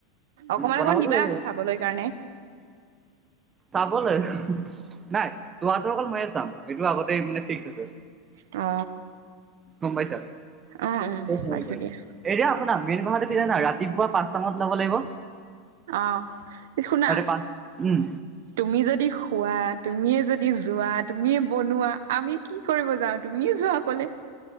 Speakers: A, on the right (about 75°); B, on the right (about 25°).
A: অকমান
B: বনাবতো
A: - অকমান দিবা
B: লাগিব
A: আকৌ চাবলৈ কাৰণে।
B: চাবলৈ নাই চোৱাটো অকল ময়ে চাম এইটো আগতে মানে ফিক্স আছে।
A: অ
B: গম পাইছা?
A: উম
B: চব <unintelligible>
A: পাইছো
B: কৰিম।
A: দিয়া
B: এতিয়া শুনা মেইন কথাটো কি জানা ৰাতিপুৱা পাচটা মানত ওলাব লাগিব।
A: অ'। শুনা,
B: তাতে পাঁচ উম
A: তুমি যদি খোৱাত তুমিয়ে যদি যোৱা, তুমিয়ে বনোৱা, আমি কি কৰিব যাওঁ? তুমিয়ে যোৱা অকলে।